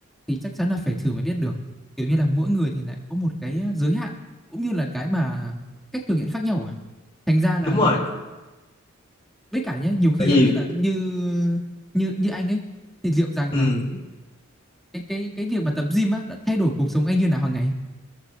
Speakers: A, in the centre; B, on the left.
A: thì chắc chắn là phải thử mới biết được kiểu như là mỗi người thì lại có một cái giới hạn cũng như là cái mà cách thực hiện khác nhau à thành ra là
B: đúng rồi
A: với cả nhé nhiều khi
B: tại vì
A: em nghĩ là như như như anh ấy thì liệu rằng
B: ừ
A: là cái cái cái việc mà tập gym á đã thay đổi cuộc sống anh như nào hàng ngày